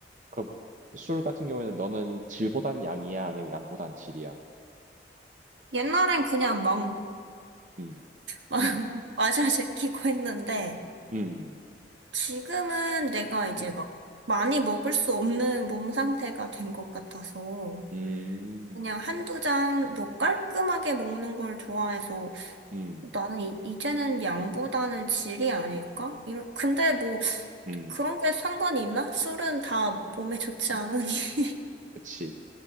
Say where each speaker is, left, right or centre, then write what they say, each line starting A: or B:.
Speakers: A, on the right (about 45°); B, on the right (about 80°).
A: 그럼 술 같은 경우에는 너는 질보단 양이야 아니면 양보단 질이야?
B: 옛날엔 그냥 막,
A: 음.
B: 막,
A: 음.
B: <laughs> 마샤 제키고 했는데,
A: 음.
B: 지금은 내가 이제
A: 음.
B: 막 많이 먹을 수 없는 몸 상태가 된 것 같아서,
A: 음.
B: 그냥 한두 잔 뭐 깔끔하게 먹는 걸 좋아해서
A: 음. 음.
B: 나는 이, 이제는 양보다는 질이 아닐까? 이런, 근데 뭐
A: 음.
B: 그런 게 상관이 있나? 술은 다 몸에 좋지
A: 음,
B: 않으니. <laughs>
A: 그치.